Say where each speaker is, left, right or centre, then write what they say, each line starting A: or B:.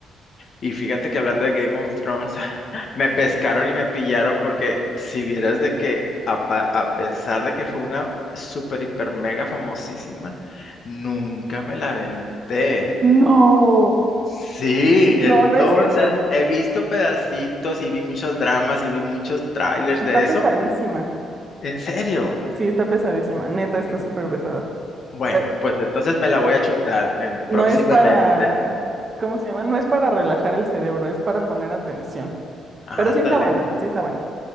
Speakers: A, on the left; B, on the right.
A: Y fíjate que hablando de Game of Thrones, <laughs> me pescaron y me pillaron porque si vieras de que a, pa- a pesar de que fue una super hiper mega famosísima, nunca me la aventé.
B: No,
A: Sí, entonces
B: no, no es cierto.
A: he visto pedacitos y vi muchos dramas y vi muchos trailers
B: Está
A: de eso.
B: pesadísima.
A: ¿En serio?
B: Sí, está pesadísima. Neta, está
A: Y bu-
B: súper pesada.
A: Bueno,
B: Pero
A: pues entonces me la voy a chutar en-
B: no
A: próximamente.
B: es para, ¿cómo se llama? No es para relajar el cerebro, es para poner atención.
A: Ándale.
B: Pero sí está buena, sí está buena.